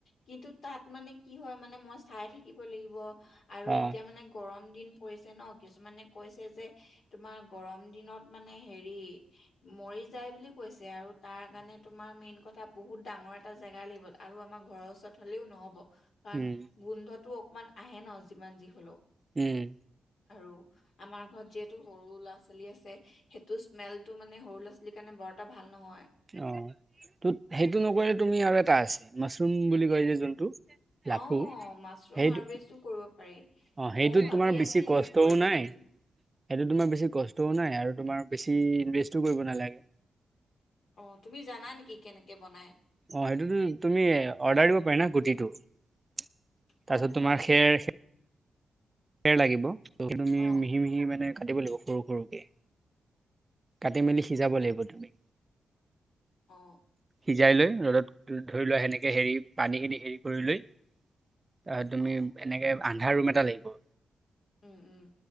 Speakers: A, on the left (about 70°); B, on the right (about 30°).
A: কিন্তু তাত মানে কি হয় মানে মই চাই থাকিব লাগিব- আৰু
B: অ'
A: এতিয়া মানে গৰম- দিন পৰিছে ন কিছুমানে কৈছে যে তোমাৰ গৰম দিনত মানে হেৰি- মৰি যায় বুলি কৈছে আৰু তাৰ কাৰণে তোমাৰ মেইন কথা বহুত ডাঙৰ এটা জেগা লাগিব। আৰু আমাৰ ঘৰৰ ওচৰত হ'লেও নহব কাৰণ
B: উম
A: গোন্ধটো অকমান আহে ন যিমান যি হলেও।
B: উম।
A: আৰু আমাৰ ঘৰত যিহেতু সৰু ল'ৰা ছোৱালী আছে, সেইটো স্মেলটো মানে সৰু ল'ৰা ছোৱালীৰ কাৰণে- বৰ এটা ভাল নহয়।
B: অঁ ত সেইটো নকৰিলে তুমি আৰু এটা আছে মাছৰুম বুলি কয় যে যোনটো। লাফু
A: অঁ মাছৰুম
B: সেইটো
A: হাৰ্ভেষ্টো কৰিব পাৰি।
B: অ' সেইটোত
A: মইয়ো ভাবি
B: তোমাৰ বেছি
A: আছিলো
B: কষ্টও
A: কৰিম
B: নাই
A: বুলি। <unintelligible>
B: সেইটো তোমাৰ বেছি কষ্টও নাই আৰু তোমাৰ বেছি ইনভেষ্টো কৰিব নালাগে।
A: অ তুমি জানা নেকি কেনেকে বনাই।
B: অঁ সেইটোতো তুমি অৰ্ডাৰ দিব পাৰি না গুটিটো। তাৰপিছত
A: হয় নেকি?
B: তোমাৰ খেৰ- খেৰ লাগিব। তাৰপিছত তুমি
A: অ',
B: মিহি মিহি মানে কাটিব লাগিব সৰু সৰুকে। কাটি মেলি সিজাব লাগিব তুমি।
A: অঁ।
B: সিজাই লৈ ৰ'দত ধৰি লোৱা সেনেকে হেৰি পানীখিনি হেৰি কৰি লৈ- তুমি
A: অ',
B: এনেকে আন্ধা ৰুম এটা লাগিব।
A: উম উম।